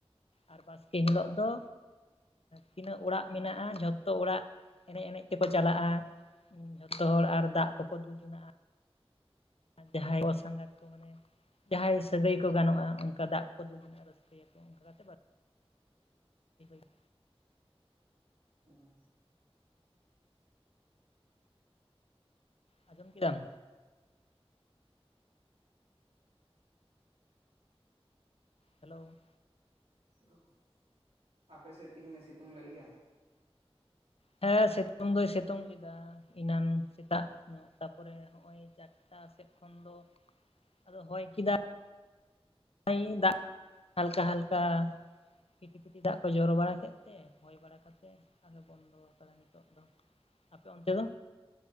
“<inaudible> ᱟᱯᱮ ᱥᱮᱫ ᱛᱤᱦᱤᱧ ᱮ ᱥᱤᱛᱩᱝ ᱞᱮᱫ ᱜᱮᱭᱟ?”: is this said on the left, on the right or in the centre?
Right